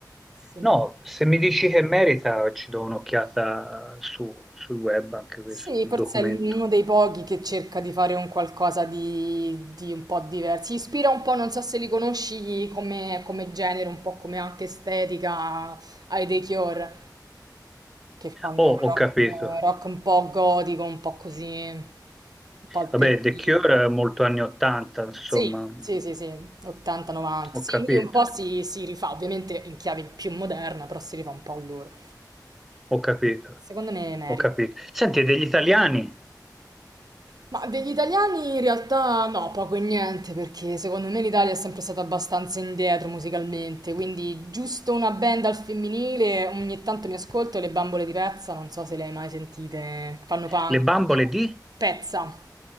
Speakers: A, on the right; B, in the centre.
A: Se no-
B: No, se mi dici che merita ci do un'occhiata su- sul web anche questo,
A: Sì,
B: mi
A: forse
B: documento.
A: è l- uno dei pochi che cerca di fare un qualcosa di, di un po' diverso. Si ispira un po', non so se li conosci come, come genere, un po' come anche estetica ai The Cure, che fanno
B: Oh,
A: rock,
B: ho capito.
A: rock un po' gotico, un po' così, un po' alternativo.
B: Vabbè, The Cure è molto anni 80, insomma,
A: Sì, sì, sì, sì, 80-90.
B: ho
A: Sì,
B: capito,
A: lui un po' si, si rifà, ovviamente in chiave più moderna, però si rifà un po' a loro.
B: ho capito.
A: Secondo me merita.
B: Ho capito. Senti, e degli italiani,
A: Ma degli italiani in realtà no, poco e niente, perché secondo me l'Italia è sempre stata abbastanza indietro musicalmente, quindi giusto una band al femminile, ogni tanto mi ascolto le bambole di Pezza, non so se le hai mai sentite, fanno punk,
B: le bambole
A: italiano.
B: di?
A: Pezza.